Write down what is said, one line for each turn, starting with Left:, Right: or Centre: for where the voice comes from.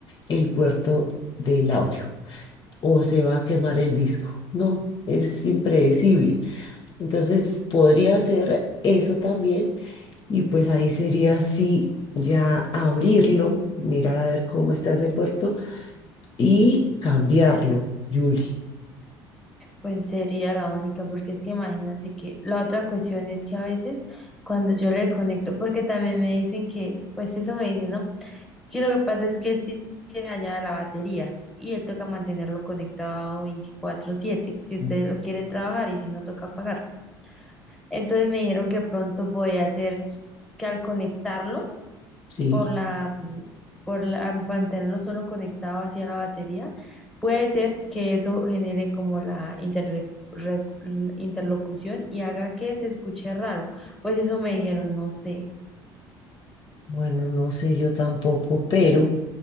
Left: el puerto del audio o se va a quemar el disco. No, es impredecible. Entonces podría ser eso también y pues ahí sería sí. Ya abrirlo, mirar a ver cómo está ese puerto y cambiarlo, Julie.
Centre: pues sería la única, porque es que imagínate que la otra cuestión es que a veces cuando yo le conecto, porque también me dicen que, pues eso me dicen, ¿no? Que lo que pasa es que él sí tiene dañada la batería y él toca mantenerlo conectado 24/7, si usted
Left: Mm,
Centre: lo quiere trabajar y si no toca apagarlo Entonces me dijeron que pronto podía hacer que al conectarlo,
Left: Sí.
Centre: por la, mm, por la- am- mantenerlo solo conectado hacia la batería, puede ser que eso genere como la interre- re- interlocución y haga que se escuche raro. Pues eso me dijeron, no sé.
Left: Bueno, no sé yo tampoco, pero